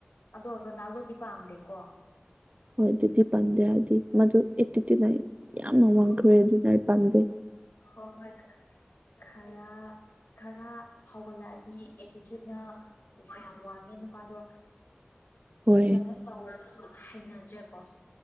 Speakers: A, on the left (about 85°); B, on the right (about 35°).
A: ꯑꯗꯣ ꯔꯣꯅꯥꯜꯗꯣꯗꯤ ꯄꯥꯝꯗꯦꯀꯣ
B: ꯍꯣꯏ ꯑꯗꯨꯗꯤ ꯄꯥꯝꯗꯦ ꯍꯥꯏꯗꯤ ꯃꯗꯨ ꯑꯦꯇꯤꯆꯨꯢꯠꯅ ꯌꯥꯝꯅ ꯋꯥꯡꯈ꯭ꯔꯦ
A: ꯍꯣꯏ
B: ꯑꯗꯨ ꯄꯥꯝꯗꯦ
A: ꯍꯣꯏ ꯈꯔ ꯈꯔ ꯐꯥꯎꯒꯠꯂꯛꯑꯗꯤ ꯑꯦꯇꯤꯆꯨꯢꯠꯅ ꯌꯥꯝ ꯋꯥꯡꯉꯦ ꯅꯨꯄꯥꯗꯣ
B: ꯍꯣꯏ
A: ꯀꯩꯅꯣꯝ ꯇꯧꯔꯒꯁꯨ ꯍꯩꯅꯗ꯭ꯔꯦꯀꯣ